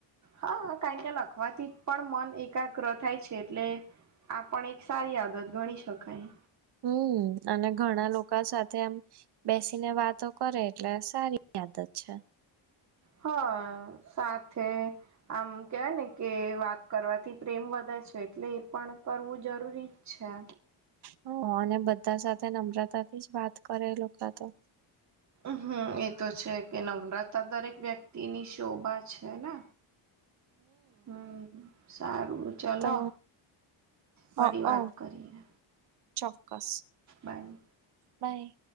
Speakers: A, on the right (about 35°); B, on the right (about 55°).
A: હા હ કારણ કે લખવાથી પણ મન એકાગ્ર થાય છે એટલે આ પણ એક સારી આદત ગણી શકાય
B: હમ અને ઘણા લોકો સાથે આમ બેસીને વાતો કરે એટલે સારી આદત છે
A: હ સાથે આમ કેવાય ને કે વાત કરવાથી પ્રેમ વધે છે એટલે એ પણ કરવું જરૂરી છે
B: હ અને બધા સાથે નમ્રતાથી જ વાત કરે લોકો તો
A: મ હમ એ તો છે કે નવ્રતા દરેક વ્યક્તિ ની શોભા છે ને હમ સારું ચલો
B: તો
A: વાડી
B: હ
A: વાત કરીએ
B: ચોક્કસ
A: બાય
B: બાય